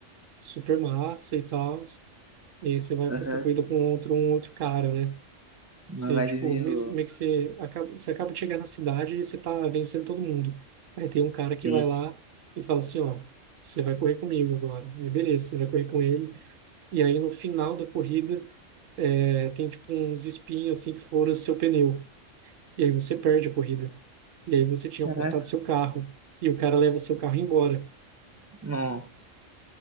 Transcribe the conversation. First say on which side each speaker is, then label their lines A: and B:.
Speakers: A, on the right; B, on the right.
A: super massa e tal, e aí você vai apostar
B: aham.
A: corrida com outro, um outro cara, né?
B: Uma
A: Você,
B: vibe
A: tipo,
B: meio.
A: me- meio que você acaba, você acaba de chegar na cidade e você tá vencendo todo mundo. Aí tem um cara que
B: Sim.
A: vai lá e fala assim, ó, você vai correr comigo agora. Aí beleza, você vai correr com ele. E aí no final da corrida, é, tem tipo uns espinhos assim que foram seu pneu. E aí você perde a corrida. E aí você tinha
B: Caraca,
A: apostado seu carro. E o cara leva seu carro embora.
B: não.